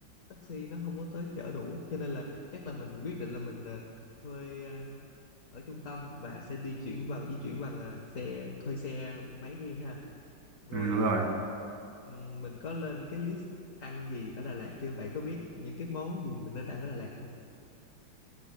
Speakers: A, on the left (about 45°); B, on the right (about 55°).
A: taxi nó không có tới chở đủ cho nên là chắc là mình quyết định là mình ờ, thuê ờ, ở trung tâm và sẽ di chuyển bằng di chuyển bằng ờ, xe thuê xe máy riêng ha rồi
B: ừ, đúng
A: ờ,
B: rồi
A: ừm, mình có lên cái list ăn gì ở Đà Lạt chưa bạn có biết những cái món gì mình nên ăn ở Đà Lạt không?